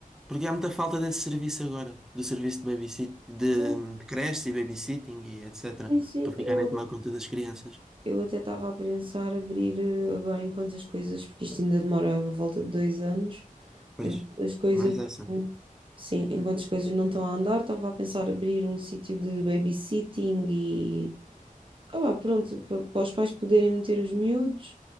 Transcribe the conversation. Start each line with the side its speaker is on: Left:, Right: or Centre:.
Centre: Porque há muita falta desse serviço agora, do serviço de babysit, de,
Right: Sim,
Centre: de creche e babysitting e etc.
Right: sim, sim.
Centre: Para ficarem
Right: Eu,
Centre: a tomar conta das crianças.
Right: Eu até estava a pensar abrir eh, agora enquanto as coisas, porque isto ainda demora a volta de dois anos,
Centre: Pois,
Right: enquanto as coisas,
Centre: mais essa.
Right: sim, enquanto as coisas não estão a andar, estava a pensar abrir um sítio de babysitting e, ah, pá, pronto, pa- para os pais poderem meter os miúdos